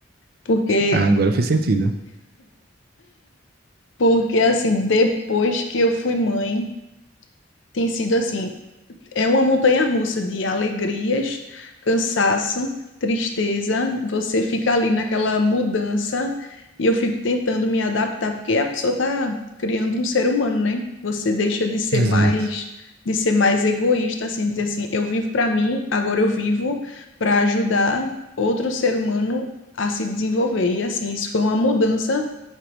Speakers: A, on the left; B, on the right.
A: Porque,
B: Ah, agora fez sentido.
A: porque assim, depois que eu fui mãe, tem sido assim, É uma montanha russa de alegrias, cansaço, tristeza. Você fica ali naquela mudança e eu fico tentando me adaptar, porque a pessoa está criando um ser humano, né? Você deixa de ser
B: Exato,
A: mais de ser mais egoísta, assim, dizer assim, eu vivo para mim, agora eu vivo para ajudar outro ser humano a se desenvolver. E assim, isso foi uma mudança